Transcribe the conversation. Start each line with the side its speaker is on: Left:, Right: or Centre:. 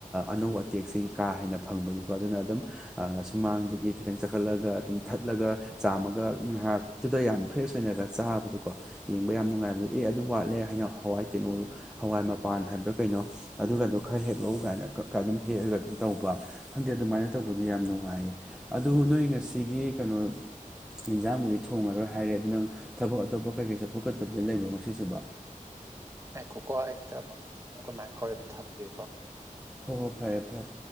Centre: ꯑꯅꯧ ꯑꯇꯦꯛꯁꯦ ꯀꯥ ꯍꯦꯟꯅ ꯐꯪꯕꯒꯤꯀꯣ ꯑꯗꯨꯅ ꯑꯗꯨꯝ ꯁꯨꯃꯥꯡꯗꯒꯤ ꯈꯤꯇꯪ ꯆꯈꯠꯂꯒ ꯑꯗꯨꯝ ꯊꯠꯂꯒ ꯆꯥꯝꯃꯒ ꯉꯥꯏꯍꯥꯛꯇꯨꯗ ꯌꯥꯝ ꯐ꯭ꯔꯦꯁ ꯑꯣꯏꯅꯒ ꯆꯥꯕꯗꯣꯀꯣ ꯌꯦꯡꯕ ꯌꯥꯝ ꯅꯨꯡꯉꯥꯏꯕꯗꯣ ꯑꯦ ꯑꯗꯨ ꯋꯥꯠꯂꯦ ꯍꯥꯏ ꯍꯋꯥꯏ ꯀꯤꯅꯣꯗꯣ ꯍꯋꯥꯏ ꯃꯄꯥꯟ ꯍꯥꯏꯕ꯭ꯔꯥ ꯀꯩꯅꯣ ꯑꯗꯨꯒꯗꯣ ꯈꯔ ꯍꯦꯛꯂꯛꯎ ꯀꯥꯏꯅ ꯈꯔ ꯈꯔ ꯑꯗꯨꯝ ꯍꯦꯛꯑꯒ ꯑꯗꯨ ꯇꯧꯕ ꯈꯪꯗꯦ ꯑꯗꯨꯃꯥꯏꯅ ꯇꯧꯕꯗꯨ ꯌꯥꯝ ꯅꯨꯡꯉꯥꯏꯌꯦ ꯑꯗꯨ ꯅꯣꯏ ꯉꯁꯤꯒꯤ ꯀꯩꯅꯣ ꯏꯟꯖꯥꯡꯕꯨꯗꯤ ꯊꯣꯡꯉꯔꯣꯏ ꯍꯥꯏꯔꯦ ꯑꯗꯨ ꯅꯪ ꯊꯕꯛ ꯑꯇꯣꯞꯄ ꯀꯩꯀꯩ ꯆꯠꯊꯣꯛꯀꯗꯕꯗꯤ ꯂꯩꯕ꯭ꯔꯣ ꯉꯁꯤꯁꯤꯕꯨ
Right: ꯉꯥꯢꯈꯣꯀꯣ ꯑꯩꯁꯤꯗ ꯑꯃꯨꯛ ꯑꯩꯈꯣꯏ ꯢꯃꯥ ꯀꯣꯏꯔꯩꯕꯤ ꯊꯝꯈꯤꯒꯦꯀꯣ
Centre: ꯍꯣꯍꯣ ꯐꯔꯦ ꯐꯔꯦ